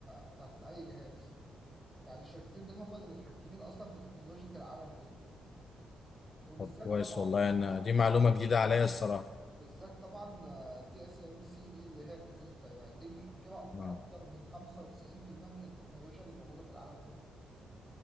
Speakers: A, in the centre; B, on the left.
A: بتاعت ال- اي جهاز يعني الشركتين دول هم اللي متحكمين اصلا في تكنولوجيا العالم كله وبالذات
B: طب كويس
A: طبعا
B: والله
A: طبعا
B: انا دي معلومه
A: طبعا بالذات
B: جديده عليا الصراحه
A: بالذات طبعا تي اس ام سي دي اللي هي في جزيره تايوان دي متحكمه في
B: آه.
A: اكتر من 95% من التكنولوجيا اللي موجوده في العالم كله